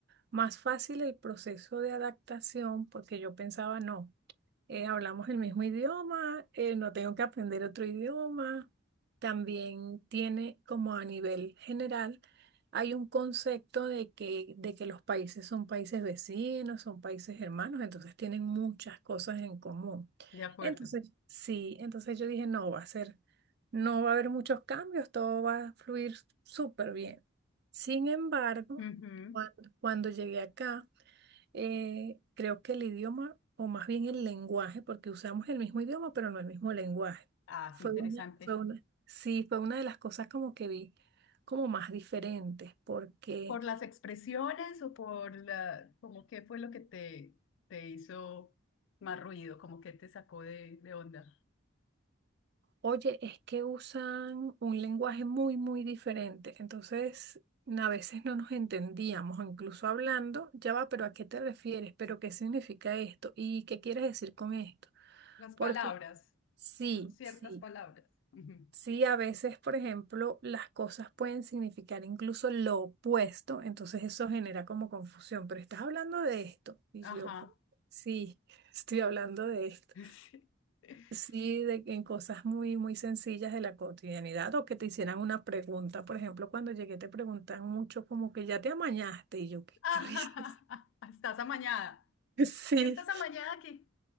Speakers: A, on the right (about 50°); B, on the left (about 65°).
A: más fácil el proceso de adaptación porque yo pensaba, no, eh, hablamos el mismo idioma, eh, no tengo que aprender otro idioma también tiene como a nivel general, hay un concepto de que, de que los países son países vecinos, son países hermanos, entonces tienen muchas cosas en común.
B: De acuerdo.
A: Entonces, sí, entonces yo dije, no, va a ser, no va a haber muchos cambios, todo va a fluir súper bien. Sin embargo,
B: Ujú.
A: cuando, cuando llegué acá, eh, creo que el idioma, o más bien el lenguaje, porque usamos el mismo idioma, pero no el mismo lenguaje.
B: Ah,
A: Fue
B: qué interesante.
A: una, fue una- Sí, fue una de las cosas como que vi como más diferentes, porque,
B: ¿Por las expresiones o por la, como qué fue lo que te, te hizo más ruido, como que te sacó de, de onda?
A: oye, es que usan un lenguaje muy, muy diferente. Entonces, a veces no nos entendíamos, o incluso hablando, ya va, pero ¿a qué te refieres? ¿Pero qué significa esto? ¿Y qué quieres decir con esto?
B: Las
A: Porque
B: palabras.
A: sí,
B: Son ciertas
A: sí.
B: palabras. Ujú.
A: Sí, a veces, por ejemplo, las cosas pueden significar incluso lo opuesto, entonces eso genera como confusión, pero estás hablando de esto. Y yo,
B: Ajá.
A: como, sí, <laughs> estoy hablando de esto.
B: <laughs> Sí. <laughs>
A: Sí, de, en cosas muy, muy sencillas de la cotidianidad o que te hicieran una pregunta. Por ejemplo, cuando llegué te preguntan mucho como que ya te amañaste y yo, qué
B: Ajá,
A: carriles.
B: estás amañada.
A: <laughs> Sí,
B: Si estás amañada aquí.